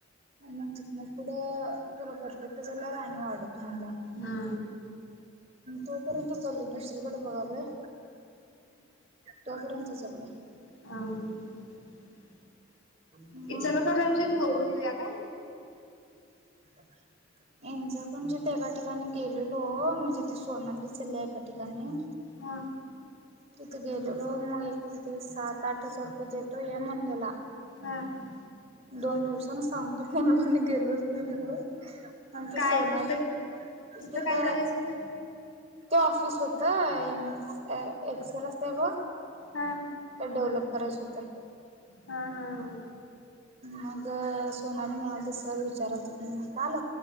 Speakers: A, on the right (about 35°); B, on the left (about 90°).
A: म तिथंन पुढं तुला परफेक्ट झाल्यावर आणि वाढवतो हा म्हणला
B: हा
A: तोपर्यंत चाललोय दुसरीकडे बघाय लागलोय. तोपर्यंत च चाललोय
B: ह्
A: मग
B: इचलकरंजी बघून येऊया काय?
A: <unintelligible> <inaudible> एका ठिकाणी गेलेलो म्हणजे ती सोनाली चालीया एका ठिकाणी
B: हा
A: तिथे गेलेलो मग एक तिथे सात आठ आठ हजार रुपये देतो ये म्हणलेला
B: हा
A: दोन दिवसान सांगतो म मणी गेलोच नाही तिकडं आणि ती
B: काय
A: सोनाली
B: तिथं
A: तिथं
B: काय करायचं होत
A: ते ऑफिस होत एम ए एक्सेल असतंय बघ
B: हा
A: डेव्हलप करायच होते
B: हा हा हा
A: मग सोनाली म्हणालती सर विचारालती म्हणून काल